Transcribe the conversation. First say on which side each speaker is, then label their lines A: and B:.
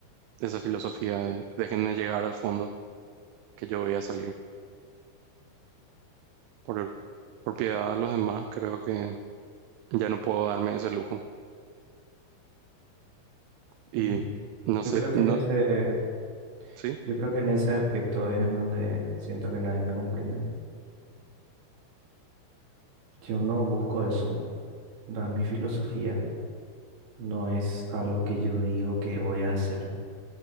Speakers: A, on the right; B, on the right.
A: esa filosofía de déjenme llegar al fondo que yo voy a salir. Por, por piedad a los demás, creo que ya no puedo darme ese lujo. Y
B: Mm.
A: no sé,
B: Yo creo que
A: no,
B: en ese,
A: sí,
B: yo creo que en ese aspecto es en donde siento que nadie me comprende. Yo no busco eso, no es mi filosofía, no es algo que yo digo que voy a hacer,